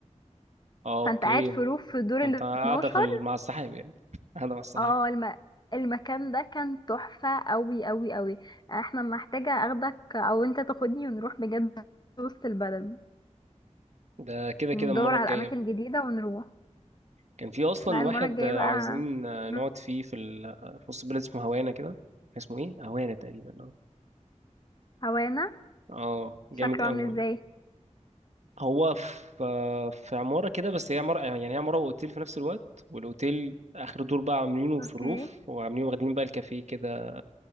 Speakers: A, on the right; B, on the left.
A: اه اوكي
B: فانت قاعد في روف في الدور
A: انت
B: ال
A: قاعده
B: 12
A: في ال... مع السحاب يعني <laughs> قاعده مع السحاب
B: اه الم... المكان ده كان تحفة قوي قوي قوي احنا محتاجة اخدك او انت تاخدني ونروح بجد وسط البلد
A: ده كده كده
B: ندور
A: المره
B: على
A: الجايه
B: اماكن جديدة ونروح
A: كان في اصلا
B: لا المرة
A: واحد
B: الجاية
A: آه،
B: بقى
A: عايزين آه،
B: مم.
A: نقعد فيه في ال- آه، في وسط البلد اسمه هوانا كده اسمه ايه هوانا تقريبا اه
B: هوانا
A: اه
B: شكله
A: جامد قوي
B: عامل ازاي
A: هو في آه، في عماره كده بس هي عماره يعني هي عماره واوتيل في نفس الوقت والاوتيل اخر دور بقى عاملينه
B: اوكي
A: في الروف وعاملين واخدين بقى الكافيه كده